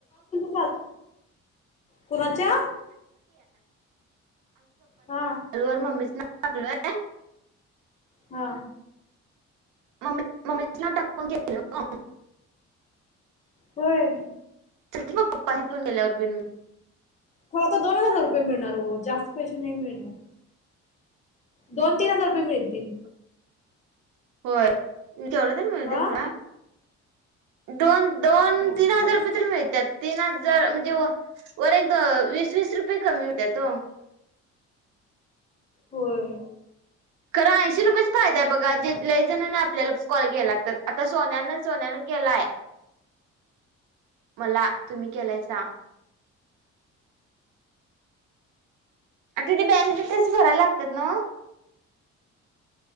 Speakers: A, on the left (about 25°); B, on the right (about 90°).
A: काल कुणाच्या हा
B: वर <inaudible> मम्मीचं नाव टाकलय
A: हा
B: मम्मी मम्मीच् नाव टाकुन केलं ओ
A: होय
B: चालते मंग पप्पानी फोन दिल्यावर पिन
A: खरं आता दोन हजार रुपये मिळणार ओ जास्त पैसे नाही मिळणार दोन-तीन हजार रुपये मिळतील.
B: होय केवढं तर मिळू दे
A: आ
B: सोडा दोन दोन
A: जास्तीत
B: तीन हजार
A: जास्त
B: रुपये तरी मिळत्यात. तीन हजार म्हणजे व वर एक दो वीस वीस रुपये कमी होत्यात ओ
A: होय
B: खरं ऐंशी रुपयेच फायदा हाय बघा जे लय जणांनी आपल्याला कॉल केला तर आता सोन्यानं सोन्यानं केलाय मला तुमी केलायसा अं तिथे बँक डिटेल्स भराय लागतात नव्ह?